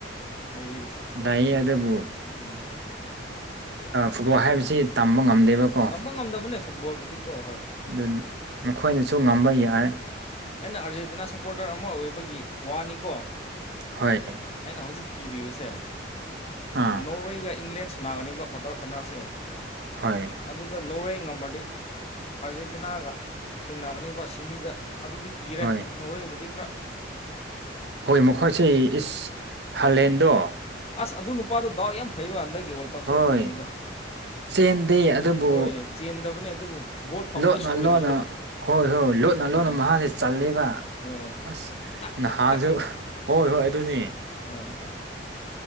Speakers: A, on the left; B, on the right.
A: ꯂꯩꯔꯤꯕꯁꯦ
B: ꯂꯩꯌꯦ ꯑꯗꯨꯕꯨ
A: ꯎꯝ
B: ꯐꯨꯠꯕꯣꯜ ꯍꯥꯏꯕꯁꯤ ꯇꯝꯕ ꯉꯝꯗꯦꯕꯀꯣ
A: ꯇꯝꯕ ꯉꯝꯗꯕꯅꯦ ꯐꯨꯠꯕꯣꯜꯕꯨꯗꯤꯀꯣ ꯍꯣꯏ
B: ꯑꯗꯨꯅꯤ ꯃꯈꯣꯏꯅꯁꯨ ꯉꯝꯕ ꯌꯥꯏ
A: <unintelligible> ꯄꯣꯗꯔ ꯑꯃ ꯑꯣꯏꯕꯒꯤ ꯋꯥꯅꯤꯀꯣ
B: ꯍꯣꯏ
A: ꯑꯩꯅ ꯍꯧꯖꯤꯛ ꯀꯤꯔꯤꯕꯁꯦ
B: ꯑꯥ
A: ꯅꯣꯔꯋꯦꯒ ꯏꯪꯂꯦꯟ ꯁꯥꯟꯅꯥꯒꯅꯤꯕ ꯇꯔ ꯐꯥꯏꯅꯥꯜꯁꯦ
B: ꯍꯣꯏ
A: ꯑꯗꯨꯗ ꯅꯣꯔꯋꯦ ꯉꯝꯃꯗꯤ ꯑꯥꯔꯖꯦꯟꯇꯤꯅꯥꯒ ꯊꯦꯡꯅꯒꯅꯦꯕ ꯁꯤꯃꯤꯗ ꯑꯗꯨꯗꯤ ꯀꯤꯔꯦ
B: ꯍꯣꯏ
A: ꯅꯧꯋꯦꯕꯨꯗꯤ ꯈꯔ
B: ꯍꯣꯏ ꯃꯈꯣꯏꯁꯦ ꯏꯁ ꯍꯥꯂꯦꯟꯗꯣ
A: ꯑꯁ ꯑꯗꯨ ꯅꯨꯄꯥꯗꯣ ꯗꯥꯎ ꯌꯥꯝ ꯐꯩꯕ ꯍꯟꯗꯛꯀꯤ ꯋꯥꯔꯜ ꯀꯞꯁꯦ ꯑꯗꯨꯒꯤꯅꯤꯗ
B: ꯍꯣꯏ ꯆꯦꯟꯗꯦ ꯑꯗꯨꯕꯨ
A: ꯍꯣꯏ ꯆꯦꯟꯗꯕꯅꯦ ꯑꯗꯨꯕꯨ ꯕꯣꯜ ꯐꯪꯕꯗꯣ
B: ꯂꯣꯠꯅ
A: ꯁꯣꯏꯗꯕꯗꯣ
B: ꯂꯣꯟꯅ ꯍꯣꯏ ꯍꯣꯏ ꯂꯣꯠꯅ
A: ꯎꯝ
B: ꯂꯣꯟꯅ ꯃꯍꯥꯛꯁꯦ ꯆꯜꯂꯦꯕ
A: ꯍꯣꯏ
B: ꯑꯁ
A: ꯇꯛ
B: ꯅꯍꯥꯟꯁꯨ
A: ꯇꯛ ꯇꯛ
B: ꯍꯣꯏ ꯍꯣꯏ ꯑꯗꯨꯅꯤ
A: ꯍꯣꯏ